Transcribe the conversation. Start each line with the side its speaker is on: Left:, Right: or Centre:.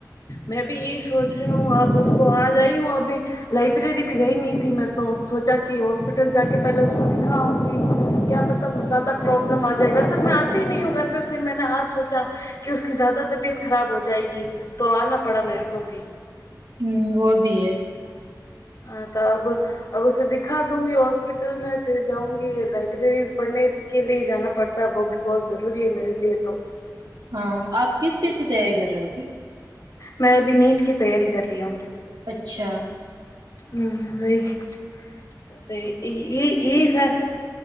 Left: મેં ભી યે હિ સોચ. રહી હું અબ ઉસકો આજ આઈ હુું અભી લાઇબ્રેરી ભી ગઈ ન થી મેં તો સોચા કી હોસ્પિટલ કલ જાકે પહેલે ઉસકો દિખાઉગી કયા પતા કુછ જય્દા પ્રોબ્લમ આ. જે બસ હુ મેે આતી નહી હું ઘર પે ફીર મેને આ સોચા કી ઉસકી જ્યાદા તબિયત ખરાબ હો જાયેગી. તો આના પડા મેરે કો ભી.
Right: હમ વો ભી હૈ.
Left: હ તો અબ. અબ ઉસે દિખા દુંંગી હોસ્પિટલ મે ફીર જાઉુંંગી લાઇબ્રેરી પડને. કે લઈ જાના પડતા વો ભી બહોત જરૂરી હે મેરે લીએ તો.
Right: હા આપ કિસ ચીજ કી તૈયારી કર રહે હો.
Left: મેં અભી નીટ કી તૈયારી કર રહી હું.
Right: અચ્છા.
Left: હમ વહી તો એ એ સ